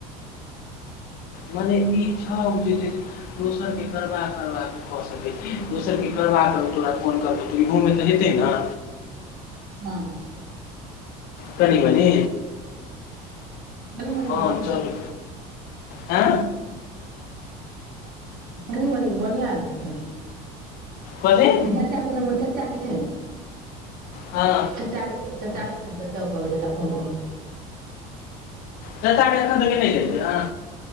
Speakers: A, on the left (about 60°); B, on the right (about 55°).
A: मनेे ई छौ जे दोसरकेँ करवा करबा त कऽ सकै छी दोसरकेँ करबा करौ तोरा फोन करतौ तऽ इहोमे तऽ हेतै ने
B: हँ
A: कनी बनी
B: कनी मनी
A: हँ
B: के बढ़ियां
A: चलू हँ
B: मनी मनीे बढ़िआँ आबि जेतै
A: कथी
B: च्चाे नर चा ने
A: हँ
B: तत ततागत चौ कभी त फोन करू
A: चाचाके एखन तक नहि जेतै हँ